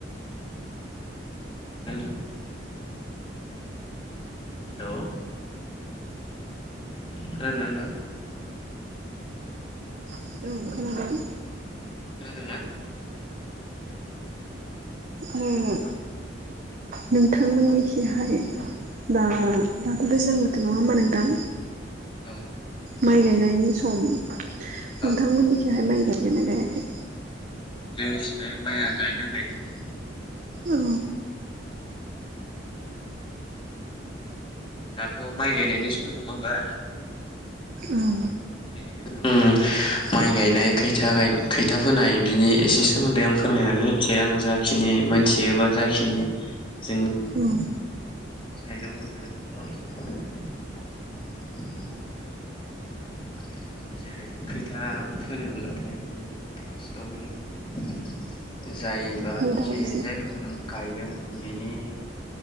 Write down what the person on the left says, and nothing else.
<inaudible> हेल' खोनादोंना नोंथां
खोनादों ना?
अ
औ
जोंनिथिंलाय माइया गायदों गायनायालाय
दाथ' माइ गायनायनि सम नङा होमबा
बेनिखायनो ओम माइ गायनाय खैथा गाय खैथा फोनाय बिनि एसे सोमोन्दै आं फोरमायनानै होनसै आं जाखिनि मोनथियो बा जाखिनि जोंनि
साइदाव नुदों फंनैसो फोरमायना होनोसै आं। <inaudible> जेरै खैथा फोनोब्लाथाय जों फार्स्टआवनो जायबानाखि
जायखौ नों गायगोन बिनि